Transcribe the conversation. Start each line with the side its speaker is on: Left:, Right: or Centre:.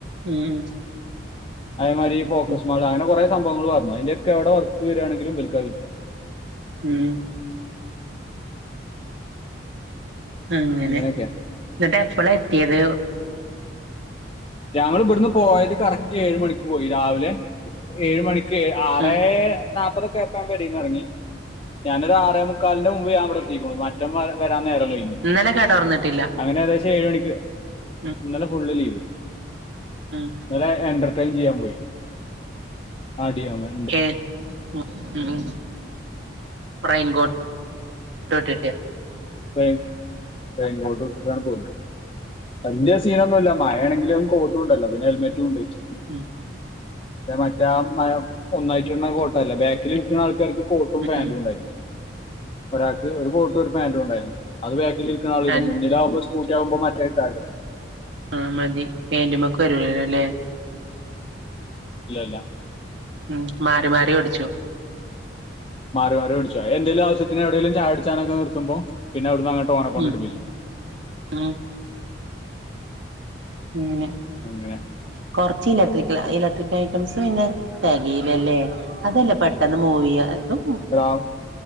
Right: ഉം
Left: അതേമാരി ഈ ഫോക്കസ്
Right: ഉം ഉം
Left: മാള് അങ്ങനെ കുറെ സംഭവങ്ങൾ പറഞ്ഞു അയിന്റോക്കെ എവടെ വർക്ക് വരാണെങ്കിലും ഇവൽക്ക കിട്ട
Right: ഉം അങ്ങനെ
Left: അങ്ങനെയൊക്കെയാണ്
Right: ന്നട്ട് എപ്പളാ എത്തിയത്
Left: ഞങ്ങളിബിടുന്ന് പോയത് കറക്റ്റ് ഏഴ് മണിക്ക് പോയി രാവിലെ ഏഴ് മണി ക്ക് ആറേ
Right: ഉം
Left: നാല്പ്പതൊക്കെ ആയപ്പോ ഞാൻ പെരേന്ന് എറങ്ങി ഞാനൊരു ആറേ മുക്കാലിന്റെ മുമ്പ് ഞാവിടെ എത്തിക്ക്ണു മറ്റോൻ വരാൻ നേരം വൈകി
Right: ഇന്നലെ കട തൊറന്നിട്ടില്ല
Left: അങ്ങനെ ഏകദേശം ഏഴ് മണിക്ക്
Right: ഉം
Left: ഇന്നലെ ഫുള്ള് ലീവ്
Right: ഉം
Left: ഇന്നലെ എന്റർടൈൻ ചെയ്യാൻ പോയി ആടിയോമെ
Right: ഏഹ് ഉം ഉം റെയിൻ കോട്ട് ട്ടിട്ടിട്ട്
Left: റെയിൻ റെയിൻ കോട്ടുട്ടിട്ടാണ് പോവുന്നെ വല്യ സീനൊന്നുല്ല മഴാണെങ്കിലും കോട്ടുണ്ടല്ലോ പിന്നെ ഹെൽമെറ്റും ണ്ട്
Right: ഉം
Left: മറ്റേ ആഹ് മ ഒന്നായിട്ട്ട്ണ കോട്ടല്ലേ ബാ ബാക്കിലിരിക്കണ
Right: ഉം
Left: ആൾക്കാർക്ക് കോട്ടും പാന്റും
Right: ഉം
Left: ണ്ടായിരുന്നു ഒരാൾക്ക് ഒരു കോട്ടും ഒരു പാന്റു ഉണ്ടായിരുന്നു അത് ബാക്കിലിരിക്കണ ആളിടും
Right: അൻ
Left: മുന്നിലാവുമ്പോ സ്കൂട്ടി ആവുമ്പോ മറ്റേതിട്ട മതിയല്ലോ
Right: ആഹ് മതി പേന്റുമക്ക് വരുലല്ലോ അല്ലേ
Left: ഇല്ല ല്ല
Right: ഉം മാറി മാറി ഓടിച്ചുവൊ
Left: മാറി മാറി ഓടിച്ചും അതെന്തേലും ആവശ്യത്തിന് എവിടേലും ചായുടിച്ചാനൊക്കെ നിർത്തുമ്പോ പിന്നവിടുന്ന് അങ്ങട്ട് ഓനെ കൊണ്ട്
Right: ഉം
Left: ഇട്പ്പിച്ചും
Right: ഉം ങ്ങനെ
Left: അങ്ങനെ
Right: കൊറച്ച് ഇലക്ട്രിക്കൽ ഇലക്ട്രിക്കൽ ഐറ്റംസ് പിന്നെ തെകയിലല്ലേ അതല്ലേ പെട്ടെന്ന് മൂവെയ്യ അതും
Left: ഏതാ